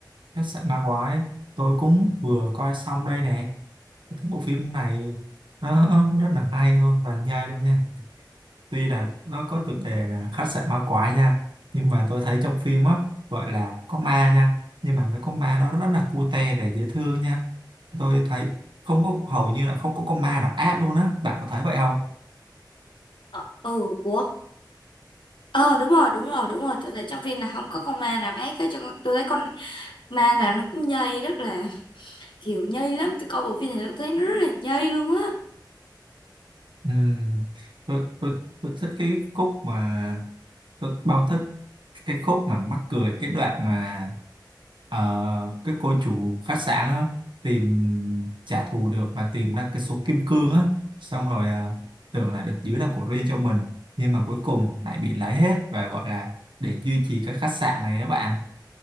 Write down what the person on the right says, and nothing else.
khách sạn ma quái, tôi cũng vừa coi xong đây nè. Tôi thấy bộ phim này nó rất là hay luôn và nhây luôn nha. Tuy là nó có tựa đề là khách sạn ma quái nha, nhưng mà tôi thấy trong phim á gọi là có ma nha, nhưng mà mấy con ma nó rất là cute và dễ thương nha. Tôi thấy không có hầu như là không có con ma nào ác luôn á, bạn có thấy vậy không?
Ừ, tôi, tôi, tôi thích cái khúc mà tôi bao thích cái khúc mà mắc cười cái đoạn mà ờ, cái cô chủ khách sạn á, tìm trả thù được và tìm ra cái số kim cương á xong rồi ờ, tưởng là được giữ làm của riêng cho mình nhưng mà cuối cùng lại bị lấy hết và gọi là để duy trì cái khách sạn này các bạn